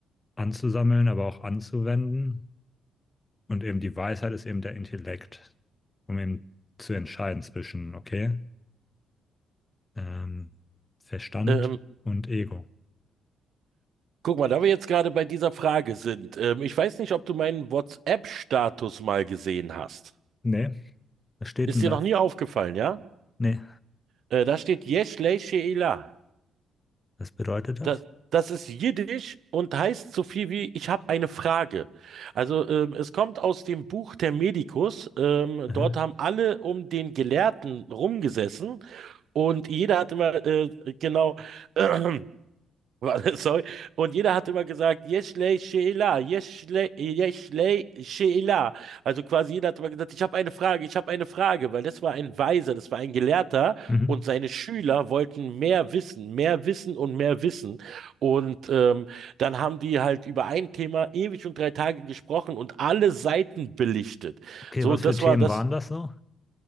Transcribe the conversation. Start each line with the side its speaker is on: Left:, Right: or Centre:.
Left: anzusammeln, aber auch anzuwenden. Und eben die Weisheit ist eben der Intellekt, um eben zu entscheiden zwischen, okay, ähm, Verstand
Right: Ähm,
Left: und Ego.
Right: guck mal, da wir jetzt gerade bei dieser Frage sind, ähm, ich weiß nicht, ob du meinen WhatsApp-Status mal gesehen hast.
Left: Nee, was steht
Right: Ist
Left: denn
Right: dir
Left: da?
Right: noch nie aufgefallen, ja?
Left: Nee,
Right: Äh, da steht Yesh Lei She'ilah.
Left: was bedeutet das?
Right: Das, das ist Jiddisch und heißt so viel wie ich habe eine Frage. Also ähm, es kommt aus dem Buch Thermedicus. Ähm,
Left: Mhm.
Right: dort haben alle um den Gelehrten rumgesessen und jeder hat immer äh, genau <clears throat> Warte, Sorry. Und jeder hat immer gesagt, Yeşilay Şeyla, Yeşilay, Yeşilay Şeyla. Also quasi jeder hat immer gesagt, ich habe eine Frage, ich habe eine Frage, weil das war ein Weiser, das war ein Gelehrter
Left: Mhm.
Right: und seine Schüler wollten mehr wissen, mehr wissen und mehr wissen. Und ähm, dann haben die halt über ein Thema ewig und drei Tage gesprochen und alle Seiten belichtet.
Left: Okay,
Right: So,
Left: was
Right: das
Left: für Themen
Right: war das
Left: waren das so?